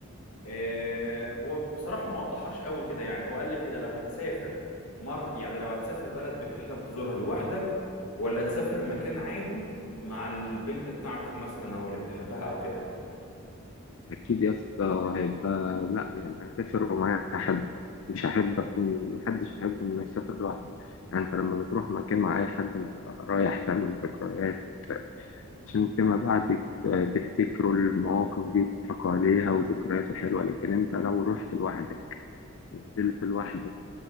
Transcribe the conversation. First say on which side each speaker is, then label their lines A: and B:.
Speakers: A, on the left (about 80°); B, on the left (about 60°).
A: آه، هو بصراحة ما وضحهاش قوي كده يعني هو قال لي كده لو هتسافر مر يعني لو هتسافر بلد بتحلم تزورها لوحدك ولا تسافر مكان عادي مع البنت بتاعتك مثلا او اللي بتحبها او كده
B: أكيد يا اسطى هيبقى لا يعني هسافر ومعايا حد مش هحب أكون محدش بيحب إنه يسافر لوحده يعني أنت لما بتروح مكان مع أي حد أنت رايح تعمل ذكريات عشان فيما بعد تفتكروا المواقف دي وتضحكوا عليها وذكريات حلوة لكن انت لو رحت لوحدك وفضلت لوحدك